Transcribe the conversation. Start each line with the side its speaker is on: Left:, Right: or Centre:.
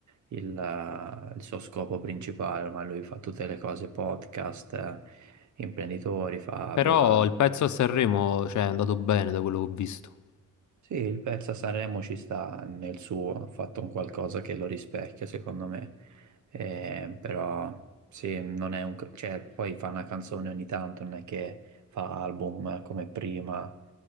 Right: il, eh, il suo scopo principale, ormai lui fa tutte le cose, podcast, eh, imprenditori, fa
Left: Però
Right: bevande.
Left: il pezzo a Sanremo, cioè, è andato bene da quello che ho visto.
Right: Sì, il pezzo a Sanremo ci sta nel suo, ha fatto un qualcosa che lo rispecchia, secondo me. Eh, però sì, non è un... cioè, poi fa una canzone ogni tanto, non è che fa album come prima,